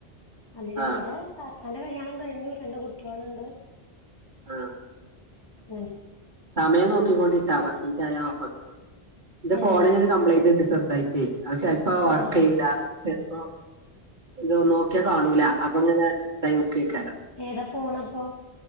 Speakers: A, on the left; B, on the right.
A: അതിലവടെ
B: ആ ആ
A: താത്താന്റെ കല്യാണം കഴിഞ്ഞു രണ്ട് കുട്ട്യോള്ണ്ട്
B: ആ
A: ങ്ങനെ
B: സമയം നോക്കിക്കൊണ്ടിട്ടോ പത്ത് ൻറ്റായ ഓഫാക്കിക്കോണ്ടി ന്റെ ഫോണിനൊരു
A: ആഹ്
B: കംപ്ലൈന്റ് ണ്ട് ചെർതായിട്ട് അത് ചെൽപ്പത് വർക്കെയ്യൂല
A: ആഹ്
B: ചെ പ്പൊ ഇത് നോക്ക്യ കാണൂല അപ്പൊങ്ങനെ ടൈമ്ക്കെക്കാരം
A: ഏതാ ഫോണപ്പൊ